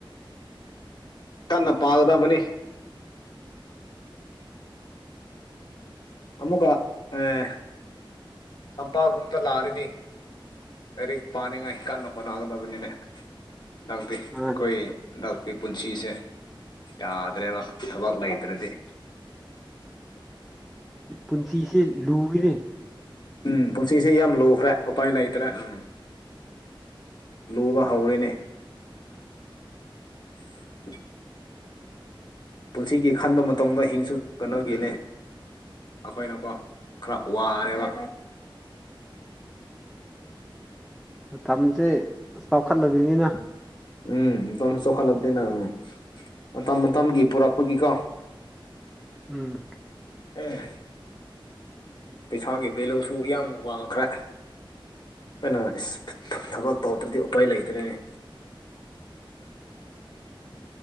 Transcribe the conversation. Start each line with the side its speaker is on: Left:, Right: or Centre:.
Left: ꯀꯟꯅ ꯄꯥꯒꯗꯕꯅꯤ ꯑꯃꯨꯛꯀ ꯑꯥ ꯑꯝꯄꯥꯛꯒꯨꯝꯕꯗ ꯂꯥꯛꯔꯗꯤ ꯂꯥꯥꯏꯔꯤꯛ ꯄꯥꯅꯤꯡꯉꯥꯏ ꯀꯥꯟꯅ ꯍ‌ꯣꯠꯅꯥꯗꯕꯅꯤꯅꯦ ꯗꯥꯛꯇꯤ
Centre: ꯃꯥꯅꯦ
Left: ꯑꯩꯈꯣꯏ ꯗꯥꯞꯀꯤ ꯄꯨꯟꯁꯤꯁꯦ ꯌꯥꯗ꯭ꯔꯦꯕ ꯊꯕꯛ ꯂꯩꯇ꯭ꯔꯗꯤ
Centre: ꯄꯨꯟꯁꯤꯁꯦ ꯂꯨꯏꯌ‌ꯦꯅꯦ
Left: ꯎꯝ ꯄꯨꯟꯁꯤꯁ‌ꯦ ꯌꯥꯝ ꯂꯨꯈ꯭ꯔꯦ ꯎꯄꯥꯏ ꯂꯩꯇ꯭ꯔꯦ ꯎꯝ ꯂꯨꯕ ꯍꯧꯔꯦꯅꯦ <unintelligible> ꯄꯨꯟꯁꯤꯒꯤ ꯈꯟꯕ ꯃꯇꯨꯡꯗ ꯍꯤꯡꯁꯨ ꯀꯩꯅ‌ꯣꯒꯤꯅꯦ ꯑꯩꯈꯣꯏꯅꯀꯣ ꯈꯔ ꯋꯥꯔꯦꯕ
Centre: ꯃꯇꯝꯁꯦ ꯆꯥꯎꯈꯠꯂꯕꯅꯤꯅ
Left: ꯎꯝꯝ ꯃꯇ‌ꯝꯁ‌ꯦ ꯆꯥꯎꯈꯠꯂꯕꯅꯤꯅ ꯃꯇꯝ ꯃꯇꯝꯒꯤ ꯄꯨꯔꯛꯄꯒꯤꯀꯣ
Centre: ꯎꯝ
Left: ꯑ‌ꯦ ꯄꯩꯁꯥꯒꯤ ꯚꯦꯂꯨꯁꯨ ꯌꯥꯝ ꯋꯥꯡꯈ꯭ꯔꯦ ꯑꯩꯈꯣꯏꯅ ꯏꯁ ꯊꯥ ꯊꯥ ꯊꯕꯛ ꯇꯧꯗ꯭ꯔꯗꯤ ꯎꯄꯥꯏ ꯂꯩꯇ꯭ꯔ‌ꯦꯅ‌ꯦ